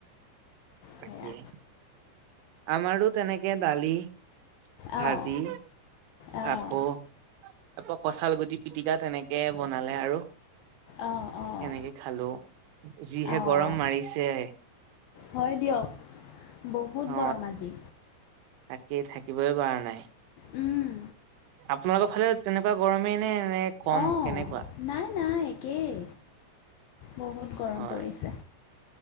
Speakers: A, on the right; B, on the left.
A: তাকেই,
B: সেয়া
A: আমাৰো তেনেকে দালি ভাজি,
B: অঁ অঁ
A: আকৌ তাৰপৰা কঁঠাল গুটি পিটিকা তেনেকে বনালে আৰু।
B: অঁ অঁ
A: সেনেকে খালোঁ, যিহে
B: অঁ
A: গৰম মাৰিছে।
B: হয় দিয়ক, বহুত
A: অ
B: গৰম আজি।
A: তাকেই, থাকিবই পৰা নাই।
B: উম।
A: আপোনালোকৰ ফালে তেনেকুৱা গৰমেই নে, নে কম
B: অ'
A: কেনেকুৱা
B: নাই নাই একেই, বহুত গৰম
A: হয়
B: পৰিছে।